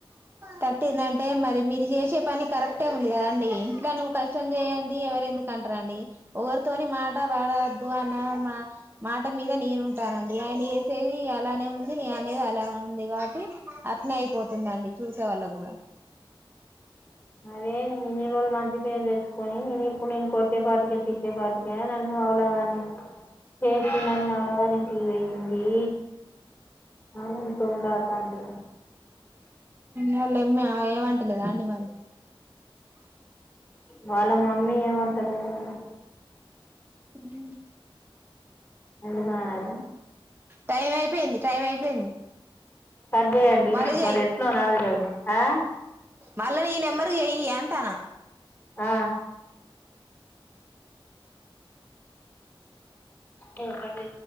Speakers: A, on the right (about 25°); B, on the left (about 25°).
A: తట్టిందంటే మరి మీర్ జేసే పని కరెక్టే కదండి ఇంట్ల నువ్వు కష్టం చేయంది ఎవర్ ఎందుకు అంటరండి ఓవర్ తోన్యూ మాట వడద్దు అన్న మా మాట మీద నేనుంటానండి ఆయన చేసేది అలానే ఉంది నే అనేది అలా ఉంది కాబట్టి అత్నే అయిపోతుంది అది చూసేవాళ్ళకి కూడా
B: అదే నేను ఇన్ని రోజు మంచి పేరు తెసుకొని నేను ఇప్పుడు నేను కొట్టేపాటిక తిట్టేపాటికా నన్ను హవులాగాని చేసినన్ని అవ్వగారి ఇంటికి పోయింది. అవున్ తుందట అండి
A: వాళ్ళేమ్మీ ఏమంటలేదా అండి మరి
B: వాళ్ళ మమ్మీ ఏమంటలేదండి
A: మ్
B: ఎందుకు అనది
A: టైం అయి పోయింది. టైమ్ అయిపోయింది
B: కట్ చేయండి
A: మళ్లీ జెయి
B: మరి ఎట్లా నాది ఆ
A: మళ్ళ ఈ నెంబర్కు చెయ్యి అంటాన్న
B: ఆ ఏం కర్రీ